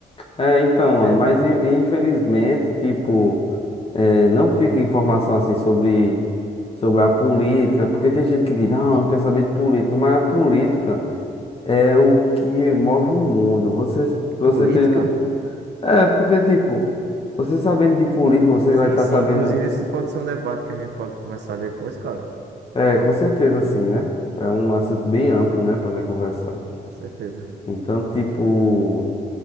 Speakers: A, on the left; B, on the right.
A: É, então, mano,
B: entende?
A: mas in- infelizmente, tipo, eh, não fica informação assim sobre, sobre a política, porque tem gente que diz, não, não quer saber de política, mas a política é o que move o mundo. Você, você
B: Política?
A: tendo. É, porque, tipo, você sabendo de política, você
B: Sim,
A: vai estar
B: sim.
A: sabendo.
B: Inclusive, esse pode ser um debate que a gente pode conversar depois, cara.
A: É, com certeza, assim, né? É um assunto bem amplo, né, para nós conversar.
B: Com certeza.
A: Então, tipo.